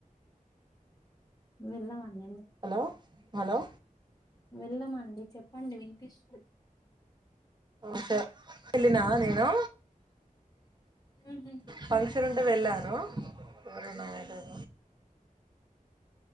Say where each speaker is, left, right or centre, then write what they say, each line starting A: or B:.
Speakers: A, on the left; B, on the right.
A: వెళ్ళం అంని.
B: హలో హలో
A: వెళ్ళమండి చెప్పండి వినిపిస్స్
B: అ తే ఎళ్లినా నేను
A: ఉహూ
B: ఫంక్షన్ ఉంటే వెళ్ళాను. వొరునాయటన